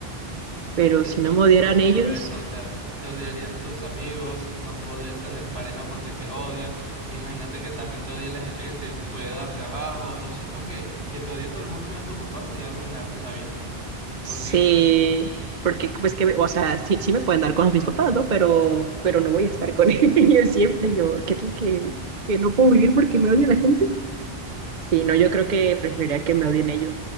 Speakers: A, on the right; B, on the right.
A: Pero
B: Sí,
A: si no
B: y
A: me odiaran
B: no solo
A: ellos,
B: eso, o sea, te odiarían tus amigos, no podrías tener pareja porque te odian. Imagínate que también te odia la gente que te puede dar trabajo. Yo siento que que te odie todo el mundo menos tus papás sería arruinarte la vida.
A: sé.
B: Porque,
A: Porque, pues que, o sea, sí, sí me pueden dar cosas mis papás, ¿no? Pero, pero no voy a estar con <laughs> ellos siempre. Yo, ¿qué tal que, que no puedo vivir porque me odia la gente? Sí, no, yo creo que preferiría que me odien ellos.